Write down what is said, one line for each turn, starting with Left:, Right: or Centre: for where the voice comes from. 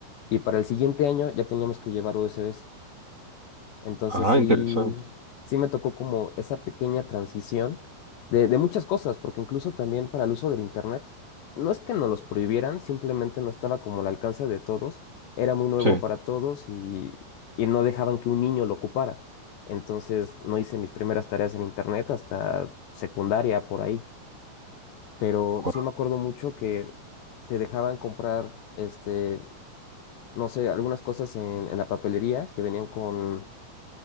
Left: y para el siguiente año ya teníamos que llevar USBs. Entonces
Right: Ah,
Left: sí,
Right: interesante.
Left: sí me tocó como esa pequeña transición de, de muchas cosas, porque incluso también para el uso del Internet, no es que nos los prohibieran, simplemente no estaba como al alcance de todos, era muy nuevo
Right: Sí.
Left: para todos y, y no dejaban que un niño lo ocupara. Entonces no hice mis primeras tareas en Internet hasta secundaria por ahí, pero
Right: Guau.
Left: sí me acuerdo mucho que te dejaban comprar, este, no sé, algunas cosas en, en la papelería que venían con